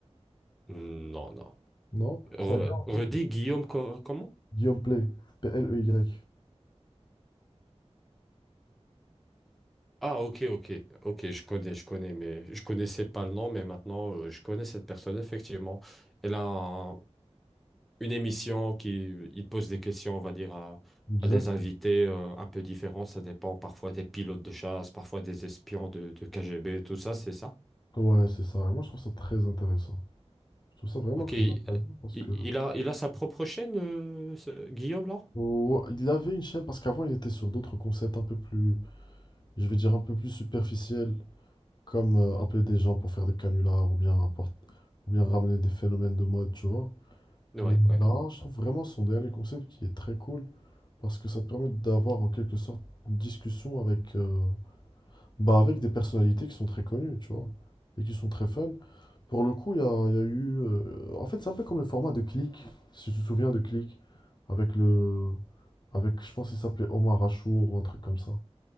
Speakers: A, in the centre; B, on the left.
A: Non, non.
B: Non?
A: Re-
B: C'est un gars, en
A: redis
B: fait.
A: Guillaume co- comment?
B: Guillaume Play. P-L-E-Y.
A: Ah, ok, ok, ok, je connais, je connais, mais je connaissais pas le nom, mais maintenant euh, je connais cette personne, effectivement. Elle a un- une émission qui il pose des questions, on va dire, à,
B: Exact.
A: à des invités euh, un peu différents. Ça dépend parfois des pilotes de chasse, parfois des espions de, de KGB, tout ça, c'est ça.
B: Ouais, c'est ça. Et moi, je trouve ça très intéressant. Je trouve ça vraiment
A: Ok,
B: très
A: il,
B: intéressant parce
A: il
B: que.
A: a, il a sa propre chaîne, euh, ce- Guillaume, là?
B: Oh, il avait une chaîne, parce qu'avant, il était sur d'autres concepts un peu plus, je vais dire, un peu plus superficiels, comme euh, appeler des gens pour faire des canulars ou bien, apport- ou bien ramener des phénomènes de mode, tu vois.
A: Ouais,
B: Mais
A: ouais.
B: là, je trouve vraiment son dernier concept qui est très cool. Parce que ça te permet d'avoir en quelque sorte une discussion avec, euh, bah, avec des personnalités qui sont très connues, tu vois, et qui sont très fun. Pour le coup, il y a, il y a eu. euh, en fait, c'est un peu comme le format de Click, si tu te souviens de Click, avec le. Avec, je pense qu'il s'appelait Omar Achour ou un truc comme ça.